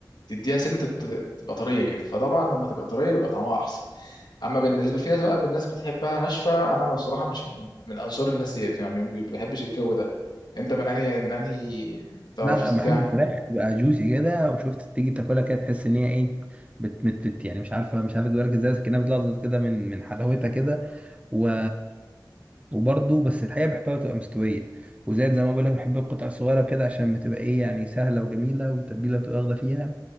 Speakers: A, on the left; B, on the right.
A: تديها سنة الت- تبقى طرية كده فطبعا لما تبقى طرية بيبقى طعمها احسن اما بالنسبه في ناس بقى بالناس بتحبها ناشفه انا بصراحه مش من من انصار الناس ديت يعني ما بحبش الجو ده انت من انهي من انهي تفاصيل
B: لا لا بحب
A: ده
B: الفراخ تبقى جوسي كده وشفت تيجي تاكلها كده تحس ان هي ايه بت بت بت يعني مش عارفه مش عارفه تدوها لك ازاي بس كانها بتلظظ كده من من حلاوتها كده و... وبرضه بس الحقيقة بحبها تبقى مستوية وزائد زي ما بقول لك بحب القطع الصغيرة كده عشان بتبقى ايه يعني سهلة وجميلة والتتبيلة بتبقى واخدة فيها